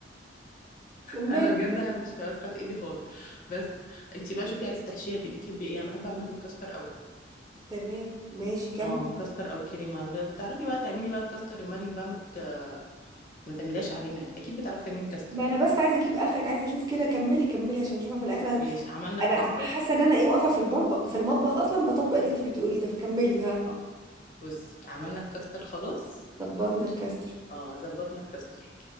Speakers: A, on the right; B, on the left.
A: كملي
B: انا بجد ما بحبش اوسخ ايدي خالص بس انت بقى شوفي عايزه تحشيها بايه بتحبي ايه انا بحب اعملها بالكاستر قوي
A: تمام ماشي كمل
B: اه كاستر او كريمه ب- بتعرفي بقى تعملي بقى الكاستر يا مريم بقى ما ت- ما تعمليهاش علينا يعني اكيد بتعرفي تعملي الكاستر
A: ما انا بس عايزه اجيب اخرك عايزه اشوف كده كملي كملي عشان اشوفها في الاخر
B: ماشي عملنا
A: انا
B: الكاستر
A: حاسه ان انا ايه واقفه في المطبخ في المطبخ اصلا بطبق اللي انت بتقوليه ده فكملي ها
B: اه بصي عملنا الكاستر خلاص
A: ظبطنا الكاستر
B: اه ظبطنا الكاستر